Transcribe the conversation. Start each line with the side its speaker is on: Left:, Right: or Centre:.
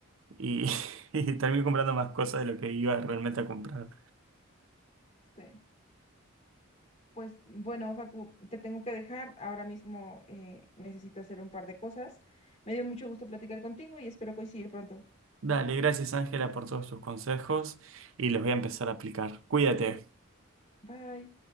Right: y, <laughs> y termino comprando más cosas de lo que iba realmente a comprar.
Left: Sí. Pues bueno, Facu, te tengo que dejar. Ahora mismo eh, necesito hacer un par de cosas. Me dio mucho gusto platicar contigo y espero coincidir pronto.
Right: Dale, gracias Ángela por todos tus consejos y los voy a empezar a aplicar. Cuídate.
Left: Bye.